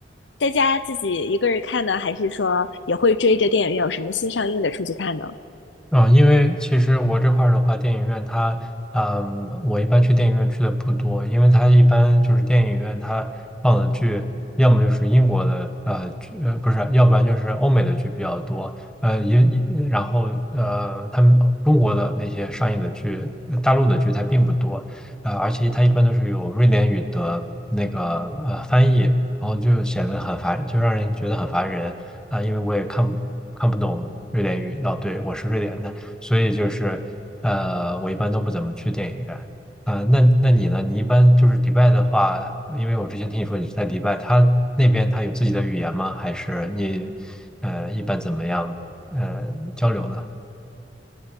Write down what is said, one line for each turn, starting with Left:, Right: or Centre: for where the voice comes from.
Left: 在家自己一个人看呢，还是说也会追着电影院有什么新上映的出去看呢？
Centre: 嗯，因为其实我这块儿的话，电影院它，嗯，我一般去电影院去的不多，因为它一般就是电影院它放的剧，要么就是英国的呃剧，呃不是，要不然就是欧美的剧比较多，呃也也然后呃他们中国的那些上映的剧，呃大陆的剧它并不多，呃而且它一般都是有瑞典语的那个呃翻译，然后就显得很烦，就让人觉得很烦人。啊、因为我也看不看不懂瑞典语。哦，对，我是瑞典的，所以就是呃，我一般都不怎么去电影院。啊、那那你呢？你一般就是迪拜的话，因为我之前听你说你是在迪拜，他那边他有自己的语言吗？还是你呃一般怎么样呃交流呢？